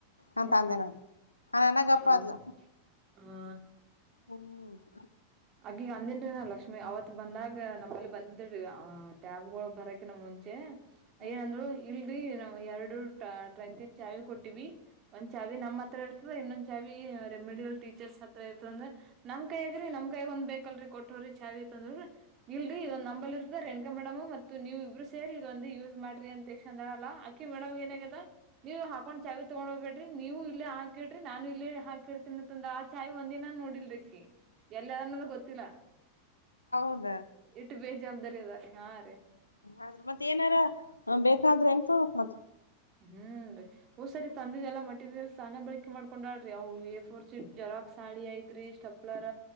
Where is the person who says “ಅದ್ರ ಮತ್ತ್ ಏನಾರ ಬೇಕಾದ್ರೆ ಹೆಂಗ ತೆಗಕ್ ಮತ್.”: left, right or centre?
Left